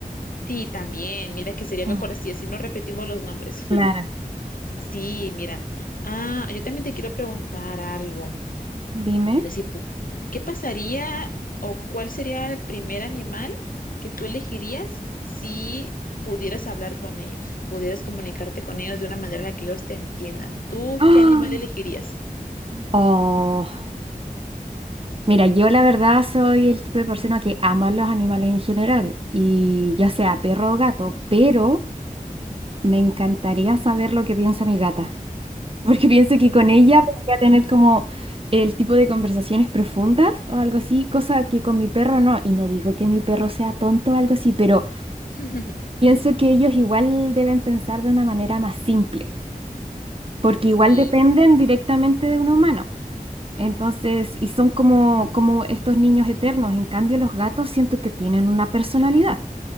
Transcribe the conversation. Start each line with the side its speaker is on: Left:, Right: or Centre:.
Left: Sí, también, mira que sería
Right: Mm,
Left: mejor así, así no repetimos los nombres.
Right: Claro.
Left: Sí, mira. Ah, yo también te quiero preguntar algo.
Right: Dime.
Left: Mira, si pu- ¿qué pasaría o cuál sería el primer animal que tú elegirías si pudieras hablar con ellos, pudieras comunicarte con ellos de una manera en la que ellos te entiendan? ¿Tú
Right: ¡Ah!
Left: qué animal elegirías?
Right: Oh, mira, yo la verdad soy el tipo de persona que ama los animales en general, y ya sea perro o gato, pero me encantaría saber lo que piensa mi gata, <laughs> porque pienso que con ella podría tener como el tipo de conversaciones profundas o algo así, cosa que con mi perro no, y no digo que mi perro sea tonto o algo así, pero...
Left: <laughs>
Right: Pienso que ellos igual deben pensar de una manera más simple, porque igual
Left: Sí.
Right: dependen directamente de un humano. Entonces, y son como, como estos niños eternos. En cambio, los gatos siento que tienen una personalidad.